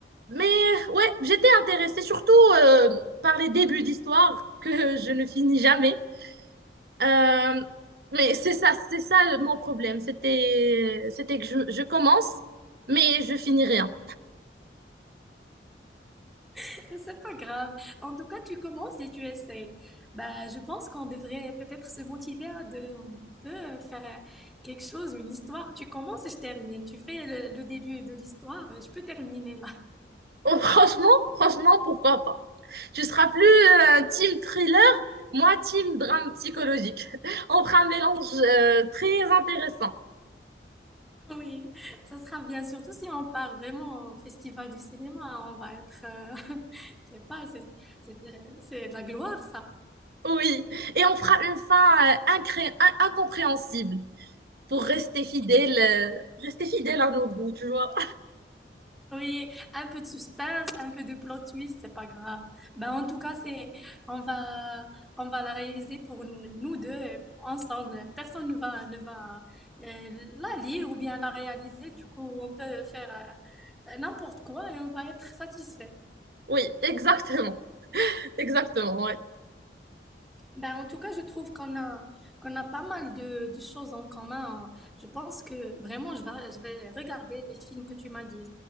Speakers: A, on the right (about 55°); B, in the centre.
A: mais ouais, j'étais intéressée surtout euh, par les débuts d'histoire <laughs> que je ne finis jamais. Euh, mais c'est ça, c'est ça mon problème. C'était, c'était que je, je commence, mais je finis rien.
B: <laughs> C'est pas grave. En tout cas, tu commences et tu essaies. Bah, je pense qu'on devrait peut-être se motiver à de, on peut faire euh, quelque chose, une histoire. Tu commences et je termine. Tu fais le, le début de l'histoire, je peux terminer là.
A: Oh, franchement, franchement, pourquoi pas? Tu seras plus euh, team thriller, moi team drame psychologique. <laughs> On fera un mélange euh, très intéressant.
B: Oui, ça sera bien, surtout si on part vraiment au festival du cinéma, hein, on va être, euh, <laughs> je sais pas, c'est, c'est, euh, c'est de la gloire, ça.
A: Oui, et on fera une fin euh, incré- in- incompréhensible pour rester fidèle, euh, rester fidèle à nos goûts, tu vois.
B: Oui, un peu de suspense, un peu de plot twist, c'est pas grave. Ben, en tout cas, c'est, on va, on va la réaliser pour n- nous deux, euh, ensemble. Personne ne va, ne va, euh, la lire ou bien la réaliser. Du coup, on peut faire, euh, n'importe quoi et on va être satisfait.
A: Oui, exactement, exactement, ouais.
B: Ben, en tout cas, je trouve qu'on a, qu'on a pas mal de, de choses en commun. Je pense que vraiment, je vais, je vais regarder les films que tu m'as dit.